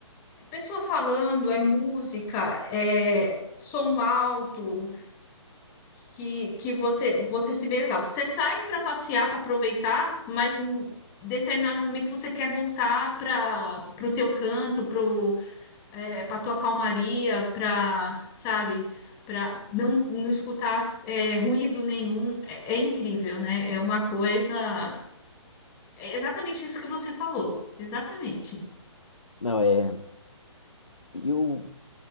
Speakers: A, on the left (about 20°); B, on the left (about 80°).
A: pessoa falando, é música, é som alto, que, que você você se vê exausto. Você sai para passear, para aproveitar, mas em determinado momento você quer voltar para o teu canto, é, para tua calmaria, para, sabe, para não, não escutar é, ruído nenhum, é, é incrível, né? É uma coisa. É exatamente isso que você falou, exatamente.
B: Não, é. Eu,